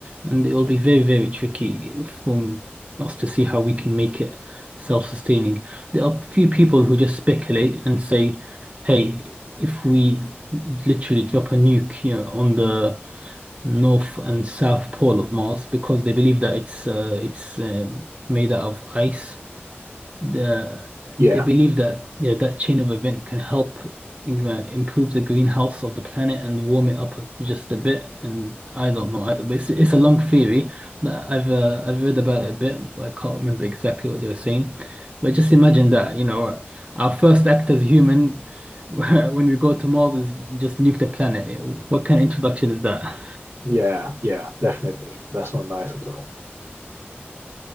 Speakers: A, on the right; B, on the right.
A: And it will be very, very tricky for us to see how we can make it self-sustaining. There are a few people who just speculate and say, hey, if we literally drop a nuke, you know, on the north and south pole of Mars because they believe that it's uh, it's uh, made out of ice. The,
B: Yeah,
A: they believe that yeah, that chain of event can help in- uh, improve the greenhouse of the planet and warm it up just a bit. And I don't know, I, it's it's a long theory that I've uh, I've read about it a bit, but I can't remember exactly what they were saying. But just imagine that, you know, our first act as human. <laughs> When we go to Mars, is just nuke the planet. What kind of introduction is that?
B: yeah, yeah, definitely. That's not nice at all.